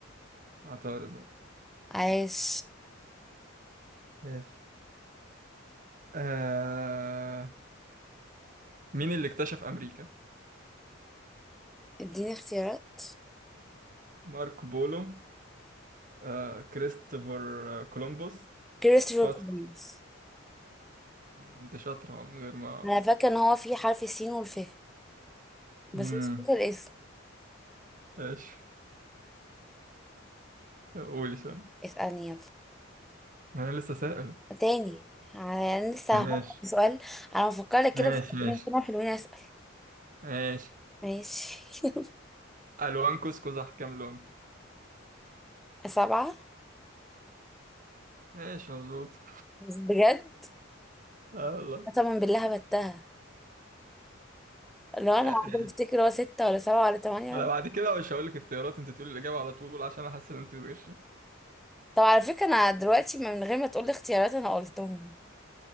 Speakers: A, on the right; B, in the centre.
A: عطارد
B: عاش
A: ماشي آه... مين اللي اكتشف أمريكا؟
B: اديني اختيارات
A: ماركو بولو آه... كريستوفر آه، كولومبوس
B: كريستوفر
A: باسكو
B: كولومبوس
A: آه، أنت شاطرة من غير ما
B: انا فاكره ان هو في حرف السين والف بس
A: امم
B: مش فاكره الاسم
A: ماشي قولي سؤال
B: اسألني يلا
A: ما أنا لسه سائل
B: تاني انا لسه
A: ماشي
B: هفكر في سؤال انا بفكر لك كده
A: ماشي
B: بس
A: ماشي
B: خلينا كده حلوين اسأل
A: ماشي
B: ماشي <laughs>
A: ألوان كوس قزح كام لون؟
B: سبعة
A: ماشي مظبوط <laughs>
B: بس بجد
A: اه والله
B: قسما بالله بتها لو انا
A: آه،
B: قاعدة بفتكر هو ستة ولا سبعة ولا تمانية
A: انا بعد كده مش هقول لك اختيارات انت تقولي الاجابه على طول عشان احس ان انت بتغشي
B: طب على فكرة انا دلوقتي من غير ما تقولي اختيارات انا قلتهم